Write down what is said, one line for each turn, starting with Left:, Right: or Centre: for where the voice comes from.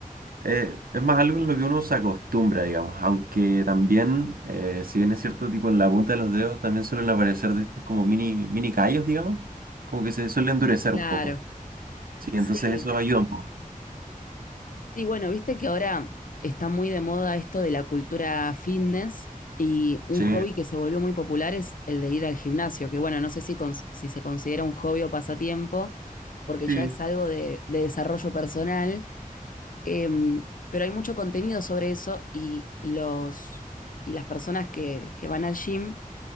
Right: Eh, es más algo en lo que uno se acostumbra, digamos, aunque también, eh, si bien es cierto, tipo en la punta de los dedos también suelen aparecer de estos como mini, mini callos, digamos, como que se suele endurecer
Left: Claro,
Right: un poco. Sí, entonces
Left: sí.
Right: eso ayuda un poco.
Left: Sí, bueno, viste que ahora está muy de moda esto de la cultura fitness y un
Right: Sí,
Left: hobby que se volvió muy popular es el de ir al gimnasio, que bueno, no sé si, cons- si se considera un hobby o pasatiempo, porque
Right: sí.
Left: ya es algo de, de desarrollo personal Em, pero hay mucho contenido sobre eso y, y los, y las personas que, que van al gym